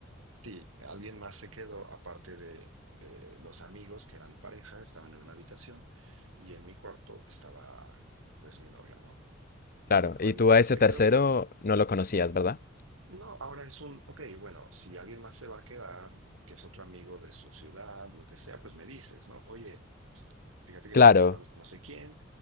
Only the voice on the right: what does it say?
Sí, alguien más se quedó, aparte de eh, los amigos que eran pareja, estaban en una habitación y en mi cuarto estaba pues mi novio, ¿no?
Y me dijo,
¿alguien
más
se
quedó?
No, ahora es un, ok, bueno, si alguien más se va a quedar, que es otro amigo de su ciudad, lo que sea, pues me dices, ¿no? Oye, pues, fíjate que nos
encontramos a no sé quién